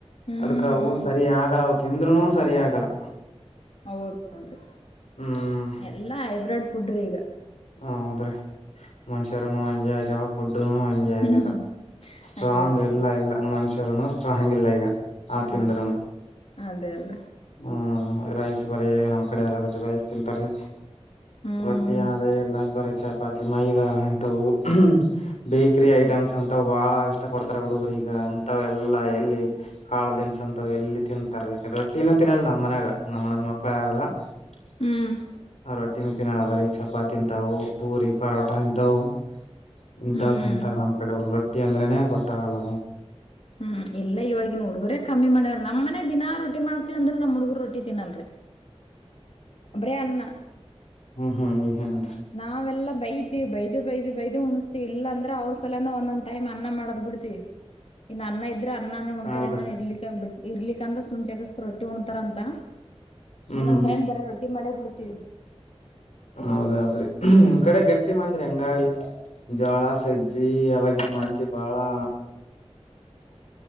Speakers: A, on the left; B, on the left.
A: ಹ್ಮ್
B: ಅದ್ಕವು ಸರಿ ಆಗಲ್ಲ ಅವು ತಿಂದ್ರುನು ಸರಿ ಆಗಲ್ಲ
A: ಹೌದ್ ಹೌದ್ರಿ
B: ಹ್ಮ್
A: ಎಲ್ಲಾ ಹೈಬ್ರಿಡ್ ಫುಡ್ರಿ
B: ಹೌದ್ರೀ ಮನುಷ್ಯರುನು ಹಂಗೆ ಆಗ್ಯಾವ ಫುಡ್ ಹ ಹಂಗೆ ಆಗೇದ
A: ಹ್ಮ್ ಹ್ಮ್
B: ಸ್ಟ್ರಾಂಗ್
A: ಹಂಗೆ ಹಾಗಾದ್ರೆ
B: ಎಲ್ಲಾ ಇಲ್ಲ ಮನಷ್ಯ. ಯಾರುನ ಸ್ಟ್ರಾಂಗ್ ಇಲ್ಲ ಈಗ. ಆ
A: ಹ.
B: ತಿಂದ್ರನು
A: ಅದೇ ಅಲ್ಲ.
B: ಹ್ಮ್ ರೈಸ್ ಬರೇ ನಮ ಕಡೆ ಅದರಾಗ <unintelligible> ರೈಸ್ ತಿನ್ನತಾರಿ.
A: ಹ್ಮ್
B: ರೊಟ್ಟಿ ಅನ್ನದೇ ಇಲ್ಲ ಬರಿ. ಚಪಾತಿ ಮೈದಾ ಅಂತವು ಬೇಕ್ರಿ ಐಟಮ್ಸ್ ಅಂತವ ಬಾಳ ಇಷ್ಟ ಪಡ್ತಾರೆ ಹುಡುಗರು ಈಗ ಅಂತವ ಎಲ್ಲಾ ಎಲ್ಲಿ ಕಾಳ ದಿನಸ ಹಂತವ ಎಲ್ಲಿ ತಿನ್ನತರ ರಿ. ರೊಟ್ಟಿನ ತಿನ್ನಲ ನಮ್ಮ ಮನ್ಯಾಗ ನಮ್ಮ ಅಣ್ಣನ ಮಕ್ಕಳ ಯಾರಾರೆಲ್ಲ. ರೊಟ್ಟಿ.
A: ಹ್ಮ್
B: ರೊಟ್ಟಿನ ತಿನ್ನಲ್ಲ ಬರಿ ಚಪಾತಿ ತಿಂತವು ಪೂರಿ ಪರೋಟಾ ಹಿಂತವು. ಹಿಂತವ
A: ಹ್ಮ್
B: ತಿನ್ನತರ ನಮ್ಮ ಕಡೆ ಹುಡುಗರ. ರೊಟ್ಟಿ ಅಂದ್ರೇನೆ ಗೊತ್ತ ಆಗಲ್ಲದು.
A: ಹ್ಮ್ ಇಲ್ಲ ಇವಾಗಿನ ಹುಡ್ಗುರೇ ಕಮ್ಮಿ ಮಾಡ್ಯಾರ ನಮ್ಮ ಮನ್ಯಾಗ ದಿನಾ ರೋ. ಟ್ಟಿ ಮಾಡ್ತಿವಿ ಅಂದ್ರ ನಮ್ಮ ಹುಡುಗರ ರೊ. ರೊಟ್ಟಿ ತಿನ್ನಲ್ಲರಿ. ಬರೇ ಅನ್ನ.
B: ಹ್ಮ್ ಹ್ಮ ಹ್ಮ.
A: ನಾವೆಲ್ಲಾ ಬೈತಿವಿ ಬೈದು ಬೈದು ಬೈದು ಉಣಸ್ತ. ಇಲ್ಲ ಅಂದ್ರೆ ಅವ್ರ ಸಲಂದ ಒಂದೊಂದ್ ಟೈಮ್ ಅನ್ನ ಮಾಡದ್ ಬಿಡ್ತಿವಿ ಇನ್ನ ಅನ್ನ ಇದ್. ಇದ್ರ ಅನ್ನಾನ ಉಣ್ತಾರೆನ
B: ಹೌದ್ರಿ
A: ಇರ್ಲಿಕ್ಕ ಬಿಟ್. ಇರ್ಲಿಕ್ಕ ಅಂದ್ರ ಜಕ್ಕಸ್ಥ ರೊಟ್ಟಿ ಹೊಣ್ತಾರಂತ.
B: ಹ್ಮ್
A: ಒಂದೊಂದ ಟೈಮ್ ಬರೇ ರೋಟಿ ಮಾಡಿ ಬಿಡ್ ಹೇ
B: ಹೌದಹೌದ್ರಿ ನಿಮ್ ಕಡೆ ಗಟ್ಟಿ ಮಂದ್ರಿ ಹೆಂಗಾಗ್ಲಿ ಜೋಳ ಸಜ್ಜಿ ಅವಾಗ ಮಂದಿ ಬಾಳ.